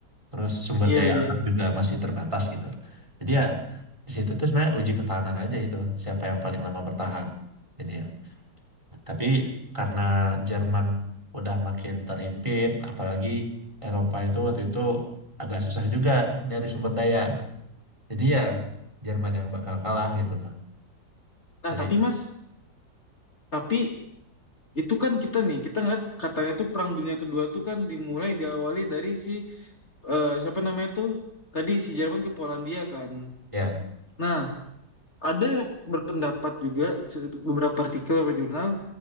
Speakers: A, on the right; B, on the left.
A: terus sumber
B: iya
A: daya
B: iya.
A: alam juga masih terbatas gitu. Jadi ya di situ tuh sebenarnya uji ketahanan aja itu siapa yang paling lama bertahan ini ya. Tapi karena Jerman udah makin terhimpit, apalagi Eropa itu waktu itu agak susah juga nyari sumber daya. Jadi ya Jerman yang bakal kalah gitu loh.
B: Nah
A: Jadi
B: tapi Mas, tapi itu kan kita nih, kita ngeliat katanya tuh Perang Dunia Kedua tuh kan dimulai diawali dari si eh, siapa namanya tuh tadi si Jerman ke Polandia kan.
A: ya,
B: Nah ada berpendapat juga di se- beberapa artikel beberapa jurnal